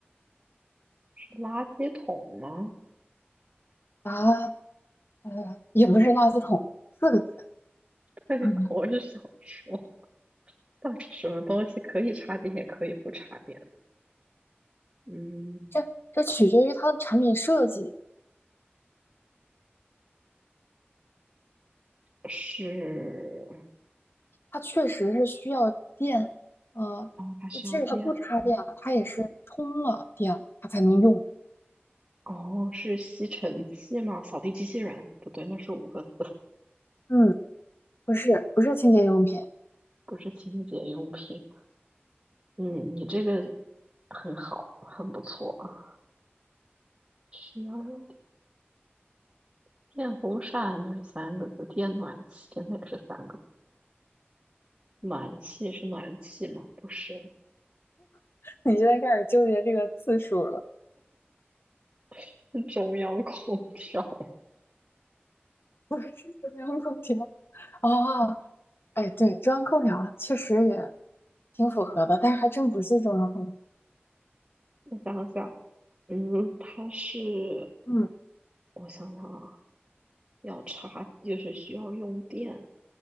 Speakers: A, on the right; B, on the left.
A: 垃圾桶吗？
B: 啊，呃，也不是垃圾桶，四个字。
A: <laughs> 对，
B: 嗯，
A: 我是想说，到底什么东西可以插电，也可以不插电？嗯，
B: 这这取决于它的产品设计，
A: 是，
B: 它确实是需要电，呃，
A: 哦，它需要电。
B: 就即使它不插电啊，它也是充了电它才能用。
A: 哦，是吸尘器吗？扫地机器人？不对，那是五个字，
B: 嗯，不是不是清洁用品，
A: 不是清洁用品。嗯，你这个很好，很不错啊。需要用电，电风扇那是三个字，电暖气那也是三个字暖气是暖气吗？不是，
B: <laughs> 你现在开始纠结这个字数了，
A: <laughs> 是中央空调。
B: 不是中央空调。哦，哎，对，中央空调确实也挺符合的，但是还真不是中央空调。
A: 我想想，嗯，它是
B: 嗯。
A: 我想想啊，要插就是需要用电，